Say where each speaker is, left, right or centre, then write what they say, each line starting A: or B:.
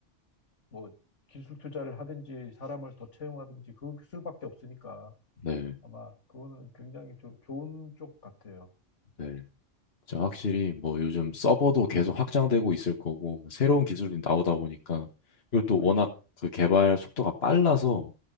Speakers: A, on the left; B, on the left.
A: 뭐, 기술 투자를 하든지 사람을 더 채용하든지 그 수밖에 없으니까
B: 네.
A: 아마 그거는 굉장히 조, 좋은 쪽 같아요.
B: 네. 자, 확실히 뭐 요즘 서버도 계속 확장되고 있을 거고 뭐 새로운
A: 예,
B: 기술이 나오다 보니까 이것또
A: 그렇죠.
B: 워낙 그 개발 속도가 빨라서